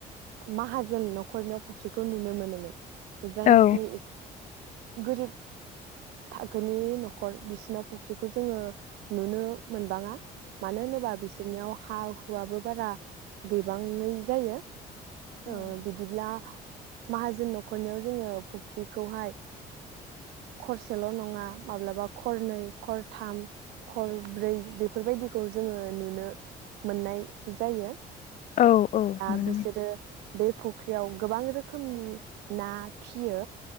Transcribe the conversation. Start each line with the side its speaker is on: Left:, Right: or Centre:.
Right: माहाजोन न'खरनियाव फुख्रिखौ नुनो मोनोमोन। जायनेखि
Left: औ
Right: गोरिब थाखोनि न'खर बिसिनाव फुख्रिखौ जोङो नुनो मोनबाङा। मानो होनोबा बिसोरनियाव हा हुआबो बारा गैबाङै जायो। ओ
Left: ओहो
Right: बिदिब्ला माहाजोन न'खरनियाव जोङो फु ख्रिखौहाय खरसेल' नङा माब्लाबा खरनै खरथाम खरब्रै बेफोरबायदिखौ जोङो नुनो मोननाय जायो।
Left: औ औ
Right: आ
Left: नुनो
Right: बिसोरो
Left: मोनो
Right: बे फुख्रियाव गोबां रोखोमनि ना फियो।